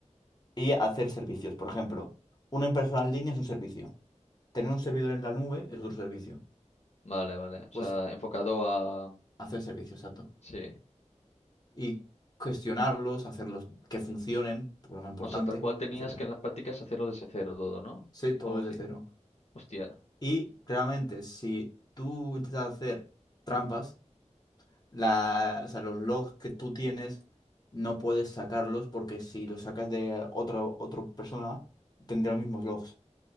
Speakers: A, on the left (about 35°); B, on the left (about 60°).
A: y hacer servicios. Por ejemplo, una impresora en línea es un servicio. Tener un servidor en la nube es otro servicio.
B: Vale, vale. O
A: Pues
B: sea, enfocado a...
A: hacer servicios, exacto.
B: Sí.
A: Y gestionarlos, hacerlos que funcionen, por lo más importante,
B: O sea, tal cual tenías
A: etcétera.
B: que en las prácticas hacerlo desde cero todo, ¿no?
A: Sé todo
B: O algo
A: desde
B: así.
A: cero.
B: Hostia.
A: Y claramente, si tú intentas hacer trampas, la- o sea, los logs que tú tienes no puedes sacarlos porque si los sacas de otra, otra persona, tendría los mismos logs.